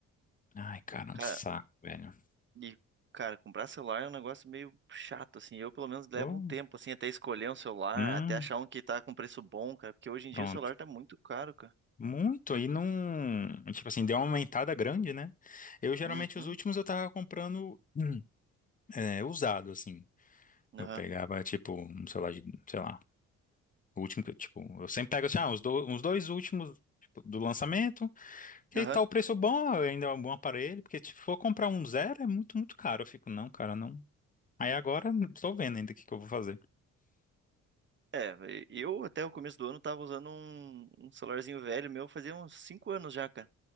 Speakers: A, on the left; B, on the right.
A: Ai, cara,
B: Cara,
A: é um saco, velho.
B: e, cara, comprar celular é um negócio meio chato, assim. Eu, pelo menos, levo
A: Oh,
B: um tempo, assim, até escolher um celular,
A: hum,
B: até achar um que tá com preço bom, cara. Porque hoje em
A: pronto.
B: dia o celular tá muito caro, cara.
A: Muito, aí não. Tipo assim, deu uma aumentada grande, né? Eu geralmente
B: Uhum,
A: os últimos eu tava comprando hum, é, usado, assim. Eu
B: aham.
A: pegava, tipo, um celular de, sei lá, o último que, eu, tipo, eu sempre pego assim, ah, os, do- uns dois últimos, tipo, do lançamento. Que
B: Aham.
A: tá o preço bom, ainda é um bom aparelho, porque tipo, se for comprar um zero é muito, muito caro. Eu fico, não, cara, não. Aí agora estou vendo ainda o que que eu vou fazer.
B: É, e- eu até o começo do ano tava usando um, um celularzinho velho meu, fazia uns 5 anos já, cara,